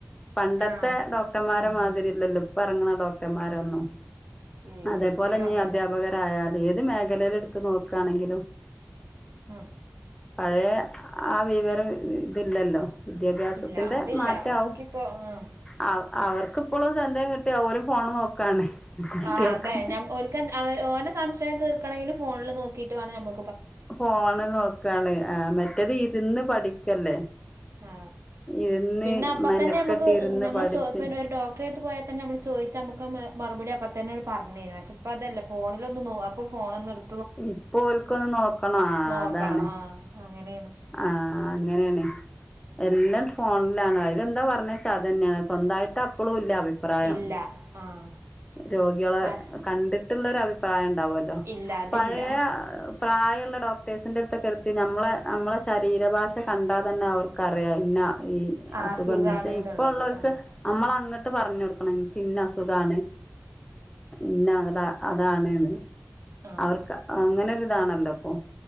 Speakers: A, on the left; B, on the right.
A: പണ്ടത്തെ
B: ആഹ്
A: ഡോക്ടർമാരെ
B: ഉം
A: മാതിരി ഇല്ലല്ലോ. ഇപ്പ ഇറങ്ങണ ഡോക്ടർമാരൊന്നും.
B: ഏയ്
A: അതേപോലെ
B: ഒരിക്കലും
A: നീ
B: അങ്ങനല്ല
A: അധ്യാപകരായാല്. ഏത് മേഖലയിൽ എടുത്ത നോക്കയാണെങ്കിലും.
B: ആഹ്
A: പഴയ ആ വിവരം ഇതില്ലല്ലോ? വിദ്യാഭ്യാസത്തിന്റെ
B: ഇല്ല അതില്ല
A: മാറ്റവും.
B: ഒക്കിപ്പോ ആഹ്
A: ആ അവർക്കിപ്പോഴും ചെന്തയും കിട്ടി അവര് ഫോണ് നോക്കാണ്. കുട്ടികൾക്ക്
B: ആഹ് അതെ ഞ ഒൽക്ൻ അവ ഓന സംശയം തീർക്കണെലും ഫോണിൽ നോക്കിട്ടവാണം ഞമ്മ
A: ഫോണ് നോക്കാണ് ആഹ് മറ്റേത് ഇരുന്ന് പഠിക്കല്ലേ
B: ആ
A: ഇരുന്ന്
B: പിന്നെ അപ്പ
A: മെനക്കെട്ട്
B: തന്നെ മ്മക്ക്
A: ഇരുന്ന്
B: നമ്മെള്
A: പഠിച്ച്
B: ച്ചോ പ്പ ന്ന ഒരു ഡോക്ടറെത്ത് പോയാൽ തന്നെ നമ്മൾ ചോയിച്ച നമ്മക്ക മറുപടിഅപ് - ഇപ്പത്തന്നെ ഓര് പറഞ്ഞിനു പക്ഷേ ഇപ്പോ അതല്ല ഫോണിലൊന്ന് നോ അപ്പോ ഫോണൊന്നെടു
A: ഇപ്പോ ഒല്ക്കൊന്ന് നോക്കണ
B: നോക്കണം
A: അതാണ്
B: ആഹ് അങ്ങനെയാണ്
A: ആഹ്‌ ഇങ്ങനെയാണ് എല്ലാം ഫോണിലാണ് ഇത് എന്താ പറഞ്ഞച്ചാ അതന്നെയാണ് സ്വന്തയിട്ട്പ്പളുല്ല അ പ്രായം
B: ഇല്ല ആഹ്
A: രോഗികളെ
B: ആഹ്
A: കണ്ടിട്ടുള്ള ഒരു അഭിപ്രായ ഉണ്ടാവല്ലോ
B: ഇല്ല അതില്ല
A: പഴയ പ്രായമുള്ള ഡോക്ടേഴ്സിന്റെ അടുത്തൊക്കെ എടുത്ത് നമ്മള നമ്മളെ ശരീരഭാഷ കണ്ടാതന്നെ അവർക്ക്റിയാം ഇന്ന ഈ
B: ആഹ്
A: അസുഖം
B: അസുഖാണ്
A: <unintelligible> പക്ഷെ
B: എന്നുള്ളത്
A: ഇപ്പ ഉള്ളവർക്ക്
B: ആഹ്
A: നമ്മൾങ്ങട്ട് ഇട്ട് പറഞ്ഞു കൊടുക്കണം എനിക്ക് ഇന്ന അസുഖാണ് ഇന്ന അതാ അതാണ്ന്ന്
B: ആഹ്
A: അവർക്ക് അങ്ങനൊ ഒരു ഇതാണല്ലോ ഇപ്പൊ